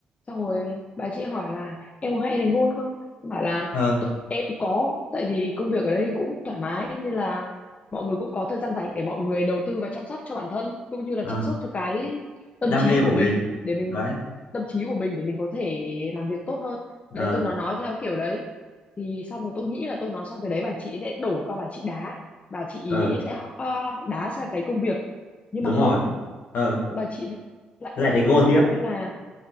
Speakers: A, on the left (about 40°); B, on the left (about 65°).
A: Xong rồi bà chị hỏi là em có hay đánh gôn không? Em Bảo là
B: ờ
A: "Tụi em cũng có, tại vì công việc ở đây cũng thoải mái nên là mọi người cũng có thời gian rảnh để mọi người đầu tư và chăm sóc cho bản thân cũng như là
B: ờ
A: chăm sóc cho cái tâm
B: đam
A: trí
B: mê của
A: của
B: mình
A: mình để mình
B: đấy
A: tâm trí của mình để mình có thể làm việc tốt hơn. Đấy
B: ờ
A: tôi nói nói theo kiểu đấy. Thì xong rồi tôi nghĩ là tôi nói xong cái đấy bà chị sẽ đổi qua bà chị đá, bà chị ý
B: ờ
A: sẽ ờ, đá sang cái công việc nhưng
B: đúng
A: mà không
B: rồi ờ
A: bà chị lại
B: lại đánh
A: quay
B: gôn
A: ra
B: tiếp
A: hỏi tôi là